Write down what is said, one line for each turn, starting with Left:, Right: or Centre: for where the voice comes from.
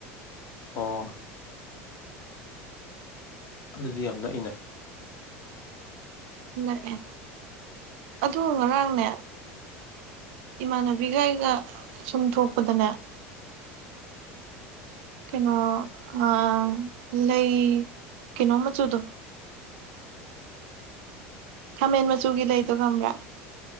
Left: ꯑꯣ ꯑꯗꯨꯗꯤ ꯌꯥꯝ ꯅꯛꯏꯅ
Right: ꯅꯛꯑꯦ ꯑꯗꯨ ꯉꯔꯥꯡꯅꯦ ꯏꯃꯥꯟꯅꯕꯤꯒ ꯑꯩꯒ ꯁꯨꯝ ꯊꯣꯛꯄꯗꯅꯦ ꯀꯩꯅꯣ ꯑꯥ ꯂꯩ ꯀꯩꯅꯣ ꯃꯆꯨꯗꯣ ꯈꯥꯃꯦꯟ ꯃꯆꯨꯒꯤ ꯂꯩꯗꯣ ꯈꯪꯕ꯭ꯔꯥ